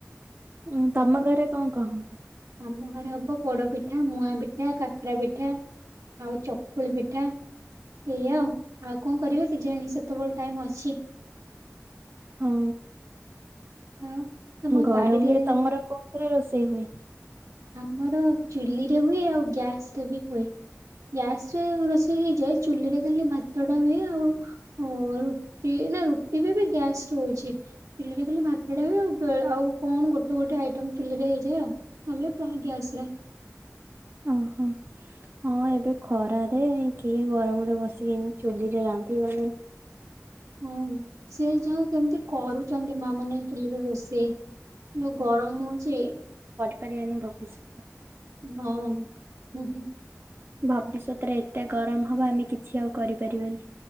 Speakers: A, on the right; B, on the right.
A: ଉଁ ତମ ଘରେ କଣ କଣ ହବ?
B: ଆମ ଘରେ ହବ ପୋଡପିଠା ମୁଆଁ ପିଠା କାକରା ପିଠା ଆଉ ଚକୁଳି ପିଠା ଏଇଆଉ ଆଉ କଣ କରିବେ କେଜାଣି ସେତେବେଳେ ଟାଇମ୍ ଅଛି।
A: ହଁ।
B: ଆଉ ତମ
A: ଗରମ
B: ବାଡିରେ
A: ରେ ତମର କୋଉ ଘରେ ରୋଷେଇ ହୁଏ?
B: ଆମର ଚୁଲି ରେ ହୁଏ ଆଉ ଗ୍ୟାସ ରେ ବି ହୁଏ। ଗ୍ୟାସ ରେ ରୋଷେଇ ହେଇଯାଇ ଚୁଲିରେ ଖାଲି ଭାତ ଟା ହୁଏ ଆଉ ରୁଟି ନା ରୁଟି ବି ଏବେ ଗ୍ୟାସ ହଉଛି। ଚୁଲରେ ଖାଲି ଭାତଟା ହୁଏ କଣ ଗୋଟେ ଗୋଟେ ଆଇଟମ ଚୁଲିରେ ହେଇଯାଏ ଆଉ ନହେଲେ ପ୍ରାୟ ଗ୍ୟାସ ରେ
A: ଓହୋ। ହଁ ଏବେ ଖରାରେ କିଏ ଗରମରେ ବସିକିନା ଚୁଲିରେ ରାନ୍ଧି <inaudible>
B: ହୁଁ ସେ ଯଉ କେମିତି କରୁଛନ୍ତି ମା ମାନେ ଚୁଲିରେ ରୋଷେଇ? ସେ ଯଉ ଗରମ ହଉଛ।
A: ପରିନୀ ଭବି ସ
B: ହଁ ହୁଁ ହୁଁ।
A: ଭବିଷ୍ୟତରେ ଏତେ ଗରମ ହବ ଆମେ କିଛି ଆଉ କରିପାରିବାନି।